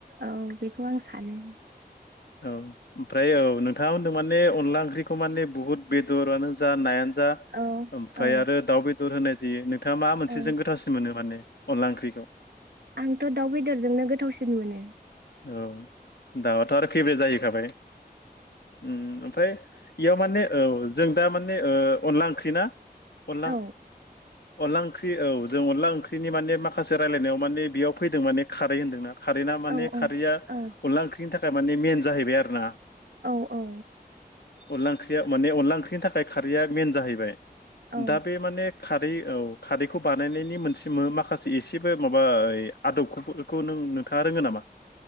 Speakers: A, on the right; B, on the left.
A: औ बेखौ आं सानो ।
B: औ ओमफ्राय औ नोंथाङा होनदों माने अनला ओंख्रिखौ माने बुहुत बेदरानो जा नायानो जा
A: औ
B: ओमफाय
A: औ
B: आरो दाउ बे दोर होनाय जायो नोंथाङा मा मोनसेजों
A: औ
B: गोथावसिन मोनो माने अनला ओंख्रिखौ
A: आंथ' दाउ बेदरजोंनो गोथावसिन मोनो ।
B: औ दाउआथ' आरो फेबो जाहैखाबाय उम ओम फ्राय इयाव माने औ जों दा माने ओ अनला ओंख्रि ना अनला
A: औ
B: अनला ओंख्रि औ जों अनला ओंख्रिनि माने माखासे रायलायनायाव माने बेयाव फैदों माने खारै होन्दोंना खारैना माने
A: औ
B: खारैया
A: औ
B: अनला ओंख्रिनि थाखा थारमाने मेन जाहैबाय आरो ना
A: औ औ
B: अनला ओंख्रिया माने अनला ओंख्रिनि थाखाय खारैया मेन जाहैबाय
A: औ
B: दा बे माने खा खारै औ खारैखौ बानायनायनि मोनसे मो माखासे एसेबो माबा ओइ आदबखोफोरखौ नों नोंथाङा रोङो नामा?